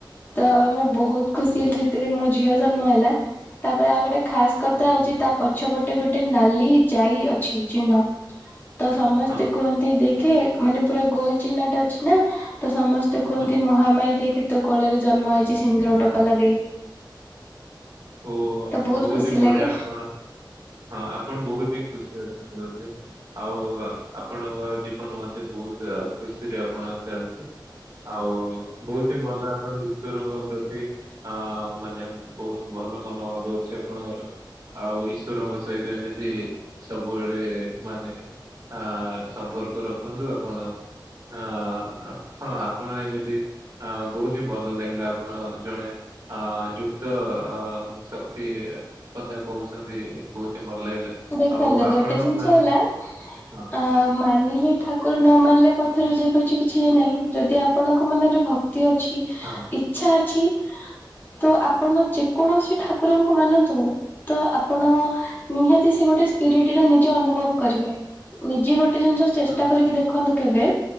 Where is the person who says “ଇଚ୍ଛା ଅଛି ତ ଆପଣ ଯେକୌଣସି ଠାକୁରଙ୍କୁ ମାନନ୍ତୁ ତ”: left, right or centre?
Left